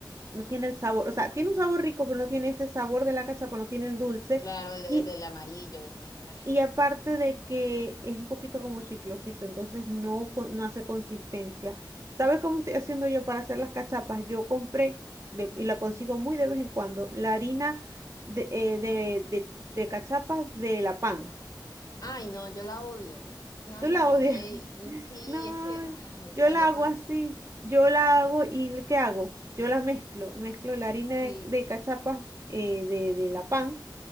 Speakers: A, on the right (about 40°); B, on the left (about 55°).
A: no tiene el sabor, o sea, tiene un sabor rico, pero no tiene ese sabor de la cachapa, no tiene el dulce.
B: Claro, el,
A: Y,
B: el del amarillo, del maíz amarillo.
A: y aparte de que es un poquito como chiclosito, entonces no, co-
B: sí.
A: no hace consistencia. ¿Sabes cómo estoy haciendo yo para hacer las cachapas? Yo compré, de- y la consigo muy de vez en cuando, la harina de, eh, de, de, de cachapas de la pan
B: Ay, no, yo la odio. Una
A: Tú
B: vez
A: la
B: la probé
A: odias.
B: y mm,
A: <laughs>
B: sí,
A: No,
B: es que, ay,
A: yo
B: sabía
A: la hago
B: tan.
A: así. Yo la hago y ¿qué hago? Yo la mezclo. Mezclo la harina
B: Sí,
A: de, de cachapas eh, de, de la pan.